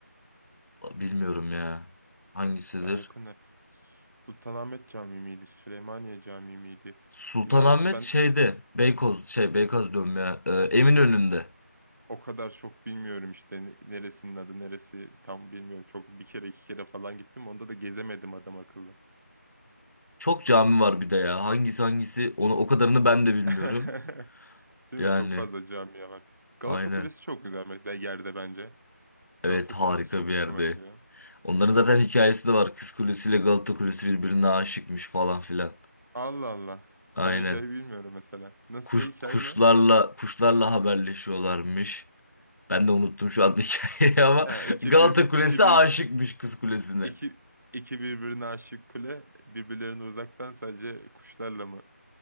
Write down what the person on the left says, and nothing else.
Bilmiyorum ya. Hangisidir?
Sultanahmet
şeyde. Beykoz şey Beykoz diyorum ya. e, Eminönü'nde.
Çok cami var bir de ya. Hangisi hangisi onu o kadarını ben de bilmiyorum.
Yani
aynen.
Evet
harika
bir
yerde.
Onların zaten hikayesi de var. Kız Kulesi ile Galata Kulesi birbirine aşıkmış falan filan.
Aynen.
Kuş,
kuşlarla
kuşlarla haberleşiyorlarmış. Ben de unuttum şu anda <laughs> hikayeyi ama
Galata
Kulesi
aşıkmış Kız Kulesi'ne.